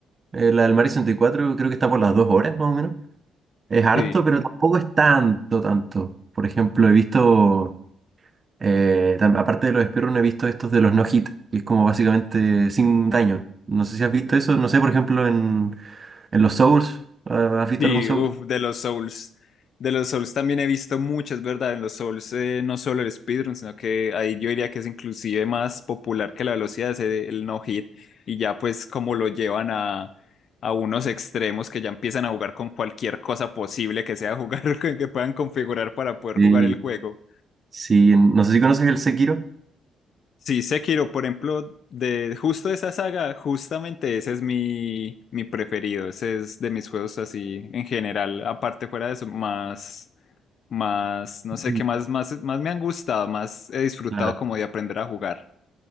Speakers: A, on the right (about 35°); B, on the left (about 60°).
A: Eh, la del Mario 64 creo que está por las dos horas más o menos. Es harto,
B: Sí.
A: pero tampoco es tanto, tanto. Por ejemplo, he visto Eh, tam- aparte de los speedrun, he visto estos de los no hit, que es como básicamente sin daño. No sé si has visto eso, no sé, por ejemplo, en, en los Souls, ah, ¿has visto
B: Sí,
A: algún Souls?
B: uff, de los Souls. De los Souls también he visto muchas, ¿verdad? En los Souls, eh, no solo el speedrun, sino que ahí yo diría que es inclusive más popular que la velocidad, es el, el no hit. Y ya pues como lo llevan a, a unos extremos que ya empiezan a jugar con cualquier cosa posible que sea jugar, <laughs> que que puedan configurar para poder
A: Sí,
B: jugar el juego.
A: sí, en- no sé si conoces el Sekiro.
B: Sí, Sekiro, por ejemplo, de justo esa saga, justamente ese es mi, mi preferido. Ese es de mis juegos así en general. Aparte fuera de eso, más más, no sé
A: Mm.
B: qué más, más, más me han gustado, más he disfrutado
A: Claro.
B: como de aprender a jugar.